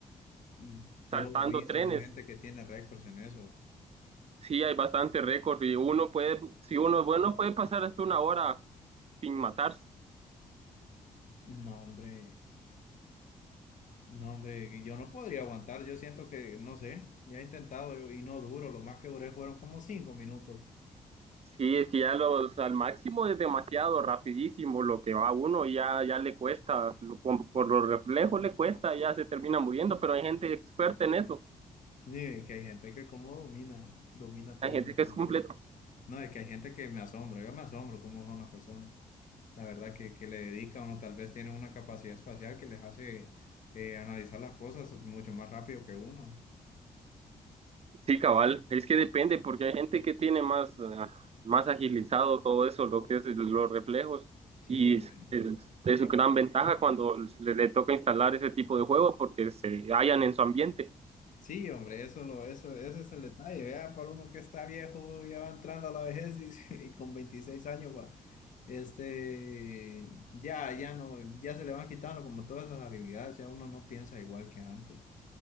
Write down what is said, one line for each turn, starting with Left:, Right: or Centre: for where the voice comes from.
Left: y yo
Right: saltando
Left: he visto
Right: trenes.
Left: gente que tiene récords en eso.
Right: Sí, hay bastante récord y uno puede, si uno es bueno, puede pasar hasta una hora sin matarse.
Left: No, hombre, no, hombre, yo no podría aguantar. Yo siento que, no sé, ya he intentado yo, y no duro. Lo más que duré fueron como cinco minutos.
Right: Sí, es que ya los, al máximo es demasiado rapidísimo lo que va uno y ya, ya le cuesta, lo- como por los reflejos le cuesta, ya se termina muriendo, pero hay gente experta en eso,
Left: Ni que hay gente que como domina, domina todo
Right: hay gente
Left: eso,
Right: que es completamente
Left: No, es que hay gente que me asombra, yo me asombro cómo son las personas. La verdad que, que le dedican o tal vez tienen una capacidad espacial que les hace eh, analizar las cosas mucho más rápido que uno.
Right: Sí, cabal, es que depende, porque hay gente que tiene más, ah, más agilizado todo eso, lo que es el- los reflejos,
Left: Sí,
Right: y
Left: hombre.
Right: es, es- es
Left: Es
Right: gran
Left: que-
Right: ventaja cuando le, le toca instalar ese tipo de juegos porque se hallan en su ambiente.
Left: Sí, hombre, eso lo, eso, ese es el detalle. Vea, para uno que está viejo, ya va entrando a la vejez y, <laughs> y con 26 años, va, este, ya, ya no, ya se le van quitando como todas esas habilidades, ya uno no piensa igual que antes.